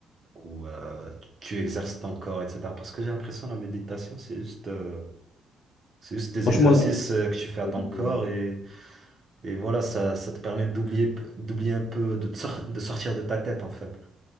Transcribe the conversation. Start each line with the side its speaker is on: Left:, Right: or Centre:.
Right: où euh, tu exerces ton corps, etc. Parce que j'ai l'impression que la méditation, c'est juste, euh, c'est juste des
Left: Franchement,
Right: exercices
Left: là,
Right: euh, que tu fais à ton
Left: euh,
Right: corps et, et voilà, ça, ça te permet d'oublier d'oublier un peu, de, te sor- de sortir de ta tête en fait.